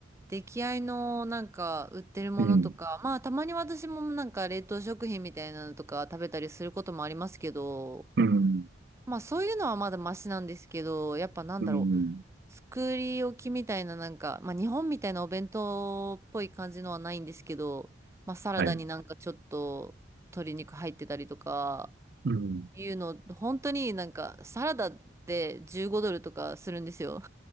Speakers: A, on the right; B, on the right.
A: 出来合いのなんか売ってるものとか、
B: うん、
A: まあたまに私もなんか冷凍食品みたいなのとか食べたりすることもありますけど、
B: うん、
A: まあそういうのはまだマシなんですけど、やっぱなんだろ
B: うん、
A: う、作り置きみたいななんか、まあ日本みたいなお弁当っぽい感じのはないんですけど、まあサラダになんかちょっと鶏肉入ってたりとか、
B: はい。うん。
A: いうの、本当になんかサラダって15ドルとかするんですよ。